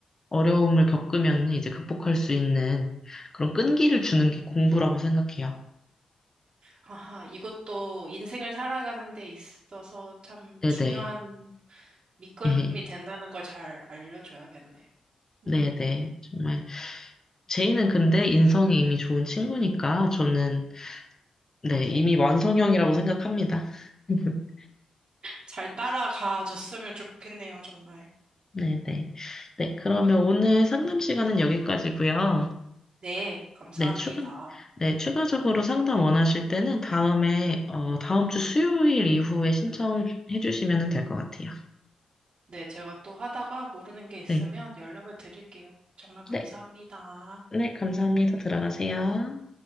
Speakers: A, on the left; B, on the right.
A: 어려움을 겪으면 이제 극복할 수 있는 그런 끈기를 주는 게 공부라고 생각해요.
B: 아하, 이것도 인생을 살아가는 데 있어서 참
A: 네네.
B: 중요한 밑거름이
A: <laughs>
B: 된다는 걸 잘 알려줘야겠네요.
A: 네네.
B: 음.
A: 정말. 제이는 근데 인성이 이미 좋은 친구니까 저는 네, 이미 완성형이라고 생각합니다. <laughs>
B: 잘 따라가 줬으면 좋겠네요, 정말.
A: 네네. 네, 그러면 오늘 상담 시간은 여기까지고요.
B: 네, 감사합니다.
A: 네, 추가, 네, 추가적으로 상담 원하실 때는 다음에, 어, 다음 주 수요일 이후에 신청해 주시면 될 것 같아요.
B: 네, 제가 또 하다가 모르는 게 있으면
A: 네.
B: 연락을 드릴게요. 정말 감사합니다.
A: 네, 네, 감사합니다. 들어가세요.